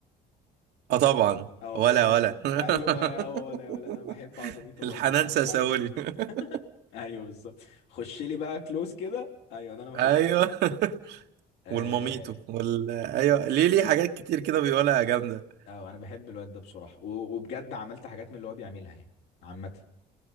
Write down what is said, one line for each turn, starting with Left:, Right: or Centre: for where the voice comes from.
Right: اه طبعا
Left: اه
Right: ولا
Left: انا بحب
Right: ولا
Left: ايوه
Right: <laughs>
Left: هو ولا ولا انا بحب عظميته
Right: الحنان
Left: برضو بتفرج
Right: ساسولي
Left: عليه
Right: <laughs>
Left: ايوه بالظبط خش لي بقى كلوز كده ايوه ده انا بحبه
Right: ايوه <laughs>
Left: اه
Right: والماميتو وال ايوه ليه ليه حاجات كتير كده بيقولها جامده
Left: اه انا بحب الواد ده بصراحه و- وبجد عملت حاجات من اللي هو بيعملها يعني عامه